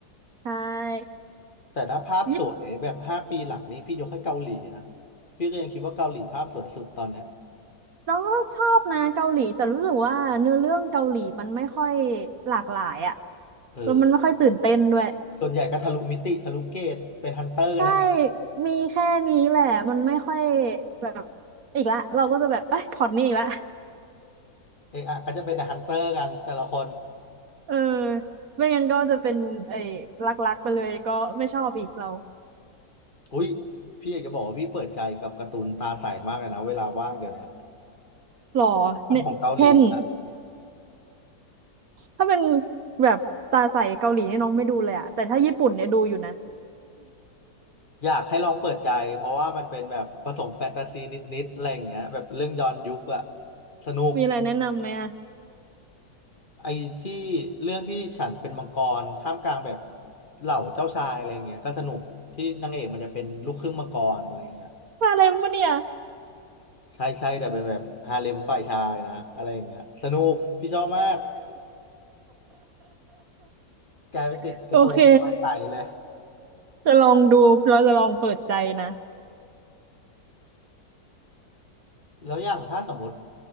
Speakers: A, on the right; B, on the left.
A: ใช่
B: แต่ถ้าภาพสวยแบบห้าปีหลังนี้พี่ยกให้เกาหลีนะ
A: ญี่ปุ่น
B: พี่ก็ยังคิดว่าเกาหลีภาพสวยสุดตอนเนี้ย
A: น้องก็ชอบนะเกาหลีแต่รู้สึกว่าเนื้อเรื่องเกาหลีมันไม่ค่อยหลากหลายอะ
B: เออ
A: แล้วมันไม่ค่อยตื่นเต้นด้วย
B: ส่วนใหญ่ก็ทะลุมิติทะลุเกตเป็นฮันเตอร์กันทั้งนั้น
A: ใช่มีแค่นี้แหละมันไม่ค่อยแบบอีกละเราก็จะแบบเอ้ยพล็อตนี้อีกละ
B: เอะอะก็จะเป็นแต่ฮันเตอร์กันแต่ละคน
A: เออไม่งั้นก็จะเป็นไอ้รักๆไปเลยก็ไม่ชอบอีกเรา
B: อุ้ยพี่อยากจะบอกว่าพี่เปิดใจกับการ์ตูนตาใสมากเลยนะเวลาว่างเดี๋ยวเนี้ย
A: หล่อเนี่ยเช่น
B: ภาคของเกาหลีอะ
A: ถ้าเป็นแบบตาใสเกาหลีเนี่ยน้องไม่ดูเลยอะแต่ถ้าญี่ปุ่นเนี่ยดูอยู่นะ
B: อยากให้ลองเปิดใจเพราะว่ามันเป็นแบบผสมแฟนตาซีนิดๆอะไรอย่างเงี้ยแบบเรื่องย้อนยุคอะสนุก
A: <laughs> มีอะไรแนะนำไหมอะ
B: ไอ้ที่เรื่องที่ฉันเป็นมังกรท่ามกลางแบบเหล่าเจ้าชายอะไรอย่างเงี้ยก็สนุกที่นางเอกมันจะเป็นลูกครึ่งมังกรอะไรอย่างเงี้ย
A: มาอะไรมาเนี่ย
B: ใช่ใช่แต่เป็นแบบฮาเร็มฝ่ายชายนะอะไรอย่างเงี้ยสนุกพี่ชอบมากกลายเป็นติดการ์ตูนมาใส่เลย
A: <laughs> โอเค จะลองดูเราจะลองเปิดใจนะ
B: แล้วอย่างถ้าสมมติ